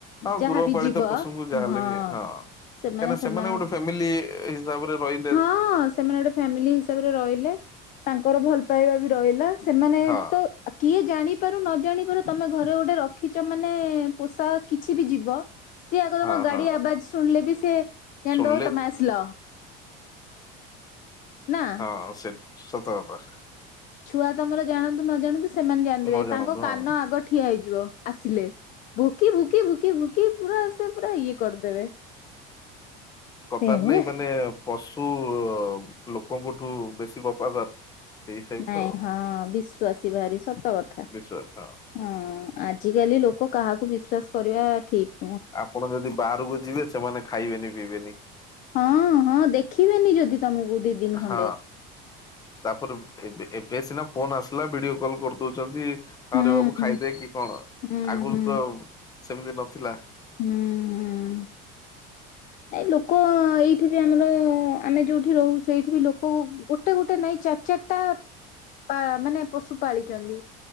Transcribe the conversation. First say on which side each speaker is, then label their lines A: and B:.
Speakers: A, on the left; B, on the left.
A: ହଁ
B: ଯାହାବି
A: ଗୃହପାଳିତ
B: ଯିବ
A: ପଶୁଙ୍କୁ ଯାହାହେଲେ
B: ହଁ।
A: ବି
B: ସେମାନେ
A: କାହିଁକିନା
B: ସେମାନଙ୍କ
A: ଗୋଟେ ଫ୍ୟାମିଲି ହିସାବରେ ରହିଲେ
B: ହଁ ସେମାନେ ଗୋଟେ ଫ୍ୟାମିଲି ହିସାବରେ ରହିଲେ। ତାଙ୍କର ଭଲ ପାଇବା ବି ରହିଲା ସେମାନେ
A: ହଁ
B: ତ ଆ-କିଏ ଜାଣି ପାରୁ ନ ଜାଣିପାରୁ ତମେ ଘରେ ଗୋଟେ ରଖିଚ ମାନେ ପୋଷା କିଛି ବି ଯିବ ସିଏ ଆଗ
A: ହଁ
B: ତମ ଗାଡି
A: ହଁ
B: ଆବାଜ ଶୁଣିଲେ ବି ସିଏ ଜାଣିଦବା
A: ଶୁଣିଲେ
B: ତମେ ଆସିଲ। ନା।
A: ହଁ ସେ ଶବ୍ଦ ବାରିପାରେ।
B: ଛୁଆ ତମର ଜାଣନ୍ତୁ ନ ଜାଣନ୍ତୁ ସେମାନେ ଜାଣିଦିବେ
A: ନ ଜାଣନ୍ତୁ
B: ତାଙ୍କ କାନ
A: ହଁ।
B: ଆଗ ଠିଆ ହେଇଯିବ ଆସିଲେ। ଭୁକି ଭୁକି ଭୁକି ଭୁକି ପୁରା ସେ ପୁରା ଇଏ କରିଦେବେ।
A: କଥାରେ
B: ତେଣୁ
A: ନାଇଁ ମାନେ ପଶୁ ଅ-ଲୋକଙ୍କଠୁ ବେଶୀ ବଫାଦାର। ସେଇ ଟାଇପ୍
B: ନାଇଁ
A: ର
B: ହଁ ବିଶ୍ୱାସୀ ଭାରି ସତକଥା।
A: ବିଶ୍ଵ ହଁ
B: ହଁ ଆଜିକାଲି ଲୋକ କାହାକୁ ବିଶ୍ଵାସ କରିବା ଠିକ୍
A: ଆପଣ ଯଦି ବାହାରକୁ ଯିବେ ସେମାନେ ଖାଇବେନି ପିଇବେନି।
B: ହଁ ହଁ ଦେଖିବେନି ଯଦି ତମକୁ ଦି ଦିନ ଖଣ୍ଡେ
A: ହଁ ତାପରେ ଏବେ-ଏବେ ବେ ସିନା ଫୋନ ଆସିଲା ଭିଡିଓ କଲ କରିଦୋଉଚନ୍ତି।
B: ହୁଁ
A: ଆରେ ବାବୁ
B: ହୁଁ
A: ଖାଇଦେ କି କଣ
B: ହୁଁ
A: ଆଗରୁ
B: ହୁଁ
A: ତ ସେମିତି ନଥିଲା।
B: ହୁଁ ହୁଁ। ନାଇଁ ଲୋକ ଏଇଠି ବି ଆମର ଆମେ ଯୋଉଠି ରହୁ ସେଇଠି ବି ଲୋକ ଗୋଟେ ଗୋଟେ ନାଇଁ ଚାରଚା ଚାରଟା ପାଳ-ମାନେ ପଶୁ ପାଳିଚନ୍ତି।